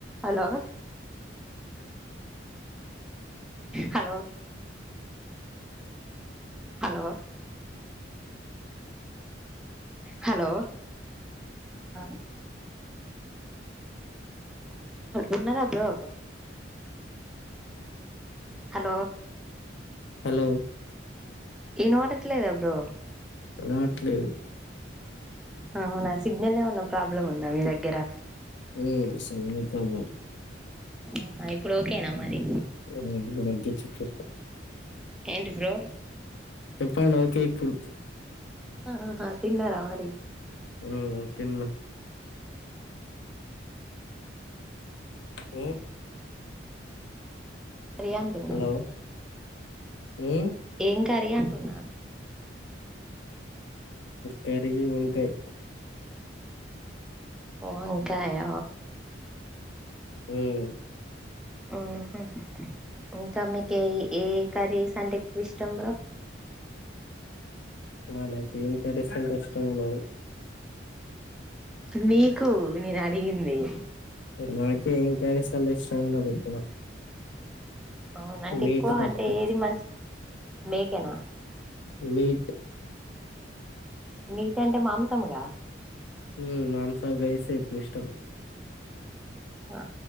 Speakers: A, in the centre; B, on the left.
A: Hello
B: <inaudible>
A: hello hello hello ఆ ఉన్నారా bro hello
B: hello
A: ఇనబడట్లేదా బ్రో
B: రావట్లేదు
A: అవునా సిగ్నల్ ఏమన్నా ప్రాబ్లమ్ ఉందా మీ దగ్గర
B: మ్ సిగ్నల్ ప్రాబ్లెమ్
A: అహ ఇప్పుడు ఓకేనా మరి
B: అ <unintelligible>
A: ఏంటి బ్రో
B: చెప్పండి ఓకే ఇప్పుడు
A: ఆహా తిన్నరాా మరి
B: మ్ తిన్న్నా మ్
A: కర్రీ అంటున్నా
B: హలో మ్
A: ఏం కర్రీ అంటున్నా
B: కరి వంకయ్
A: వంకాయ
B: మ్
A: మ్ హు కామ్ మీకి ఏ కరీ సంటే ఎక్కువ ఇష్టం బ్రో
B: మనకి ఏ కర్రీస్ అంటే ఇష్టం ఉండదు
A: మీీకు నేను అడిగింది
B: నాకే ఏం కర్రీ స్ అంటే ఇష్టం ఉండదు ఎక్కువ
A: అవున అంటే
B: మీట్
A: ఎక్కువ
B: తప్పితే
A: అంటే ఏది మంచ్ మేకేనా
B: మీట్
A: మిట్ అంటే మాంసముగా
B: మ్ మాంసాం కారిసే ఎక్కువ ఇష్టం
A: ఆ